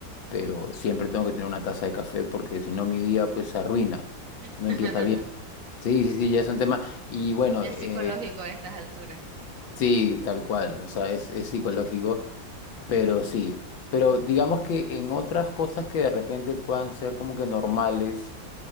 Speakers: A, on the left (about 80°); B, on the right (about 45°).
A: pero siempre tengo que tener una taza de café porque si no mi día pues se arruina,
B: <laughs>
A: no empieza bien. Sí, sí, sí, ya es un tema. Y bueno,
B: Ya
A: eh,
B: es psicológico a estas alturas.
A: sí, tal cual, o sea, es, es psicológico. Pero sí, pero digamos que en otras cosas que de repente puedan ser como que normales